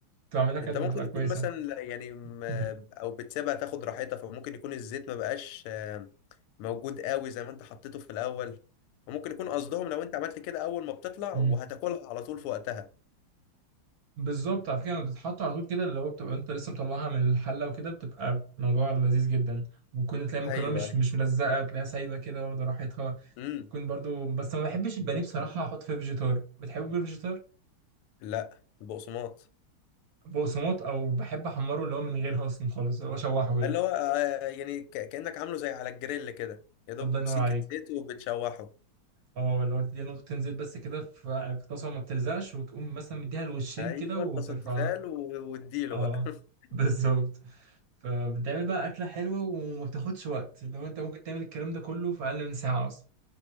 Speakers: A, on the right; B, on the left.
A: بتعملها كانت
B: انت ممكن
A: بتبقى كويسة
B: تكون مثلا لا- يعني م-
A: مم.
B: او بتسيبها تاخد راحتها فممكن يكون الزيت ما بقاش آه، موجود قوي زي ما انت حطيته في الاول وممكن يكون قصدهم لو انت عملت كده اول ما بتطلع
A: مم.
B: وهتاكلها على طول في وقتها
A: بالظبط على فكرة لما بتتحط على طول كده اللي هو بتبقى انت لسه مطلعها من الحلة وكده بتبقى موضوع لذيذ جدا ممكن تلاقي المكرونة
B: ايوه
A: مش
B: ايوه
A: مش ملزقة تلاقيها سايبة كده واخدة راحتها
B: امم
A: تكون برضو بس ما بحبش البانيه بصراحة احط فيه فيجيتار بتحبه بالفيجيتار
B: لا البقسماط
A: بقسماط او بحب احمره اللي هو من غيرها اصلا خالص اللي هو اشوحه كده
B: اللي هو آه، يعني ك- كانك عامله زي على الجريل كده يا دوب
A: الله ينور
B: سكه
A: عليك
B: زيت وبتشوحه
A: اه اللي هو تديها نقطتين زيت بس كده في في طاسة وما بتلزقش وتقوم مثلا مديها الوشين
B: ايوه
A: كده وبترفعها
B: اتبسط تفال و- واديله
A: اه
B: بقى <laughs>
A: بالظبط فبتعمل بقى أكلة حلوة وما بتاخدش وقت لو أنت ممكن تعمل الكلام ده كله في أقل من ساعة أصلا